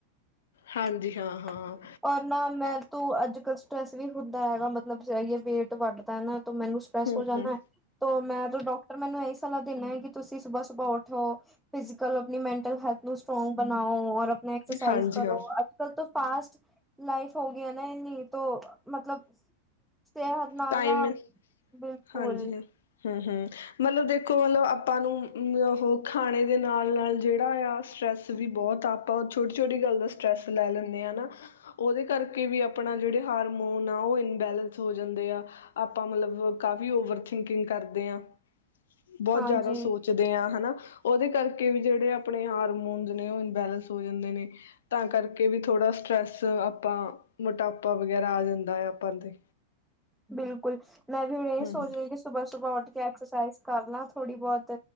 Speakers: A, on the left; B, in the centre.
A: ਹਾਂਜੀ
B: <unintelligible>
A: ਹਾਂ ਹਾਂ
B: ਔਰ ਨਾ ਮੈਂ ਤੂੰ ਅੱਜ, ਕੱਲ੍ਹ ਸਟਰੈਸ ਵੀ ਹੁੰਦਾ ਹੈਗਾ ਮਤਲਬਏ ਵੇਟ ਵੱਢਦਾ ਹੈ ਨਾ ਤੇ ਮੈਨੂੰ ਸਪੈਸ
A: ਹੂੰ
B: ਕੋ ਜਾਂਦਾ।
A: ਹੂੰ
B: ਮੈਂ ਤਾਂ ਡਾਕਟਰ ਮੈਨੂੰ ਇਹੀ ਸਲਾਹ ਦੇਂਦਾ ਹੈ। ਕਿ ਤੁਸੀਂ ਸੁਬਾ ਸੁਬਾਹ ਉੱਠਓ ਫਿਜ਼ਕਲ ਆਪਣੀ ਮੈਂਟਲ ਹੈਲਥ ਨੂੰ ਸਟਰੋਂਗ ਬਣਾਓ ਔਰ ਆਪਣਾ ਐਕਸਰਸਾਈਜ਼
A: ਹਾਂਜੀ
B: ਕਰੋ
A: ਹਾਂ
B: ਅੱਜ ਕੱਲ ਤੋਂ ਫਾਸਟ ਲਾਈਫ ਹੋ ਗਿਆ ਨਾ ਨਹੀਂ ਤ ਮਤਲਬ ਸਿਹਤ ਨਾਲ
A: ਟਾਈਮ
B: ਨਾ ਬਿਲਕੁਲ
A: ਹਾਂਜੀ ਹਾਂ ਹੂੰ- ਹੂੰ ਮਤਲਬ ਦੇਖੋ ਮਤਲਬ ਆਪਾਂ ਨੂੰ ਉਹ ਖਾਣੇ ਦੇ ਨਾਲ- ਨਾਲ ਜਿਹੜਾ ਆ ਸਟਰ੍ਰੈਸ ਵੀ ਬਹੁਤ ਆ ਆਪਾਂ ਛੋਟੀ- ਛੋਟੀ ਗੱਲ ਦਾ ਸਟਰ੍ਰੈਸ ਲੈ ਲੈਂਦੇ ਹਾਂ ਨਾ ਉਹਦੇ ਕਰਕੇ ਵੀ ਆਪਣਾ ਜਿਹੜੇ ਹਾਰਮੋਨ ਆ ਉਹ ਇਨਬੈਲਸ ਹੋ ਜਾਂਦੇ ਆ ਆਪਾਂ ਮਤਲਬ ਕਾਫੀ ਓਵਰਥਿੰਕਿੰਗ ਕਰਦੇ ਹਾਂ। ਬਹੁਤ
B: ਹਾਂਜੀ
A: ਜ਼ਿਆਦਾ ਸੋਚਦੇ ਹਾਂ ਹਨਾ। ਉਹਦੇ ਕਰਕੇ ਵੀ ਜਿਹੜੇ ਆਪਣੇ ਹਾਰਮੋਨ ਨੇ ਉਹ ਇਨਬੈਲੈਂਸ ਹੋ ਜਾਂਦੇ ਨੇ ਤਾਂ ਕਰਕੇ ਵੀ ਥੋੜਾ ਸ੍ਰੈੱਸ ਆਪਾਂ ਮੋਟਾਪਾ ਵਗੈਰਾ ਆ ਜਾਂਦਾ ਹੈ। ਆਪਾਂ ਤੇ
B: ਬਿਲਕੁਲ ਮੈਂ ਵੀ ਨਹੀ
A: ਹਮ
B: ਸੋ
A: ਹਮ
B: ਰਹੀਾਂ ਸੁਬ੍ਹਾ ਸੁਬ੍ਹਾ ਉਠ ਐਕਸਰਸਾਈਜ਼ ਕਰ ਲਾਂ ਥੋੜ੍ਹੀ ਬਹੁਤ